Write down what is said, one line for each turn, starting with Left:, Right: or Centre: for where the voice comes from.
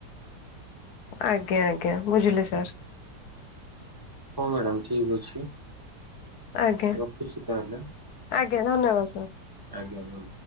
Left: ଆଜ୍ଞା, ଆଜ୍ଞା, ବୁଝିଲେ ସାର୍।
Right: ହଁ, ମ୍ୟାଡ଼ାମ ଠିକ୍ ଅଛି
Left: ଆଜ୍ଞା।
Right: ରଖୁଛି ତାହେଲେ।
Left: ଆଜ୍ଞା ଧନ୍ୟବାଦ ସାର୍।
Right: ଆଜ୍ଞା, ଭଉ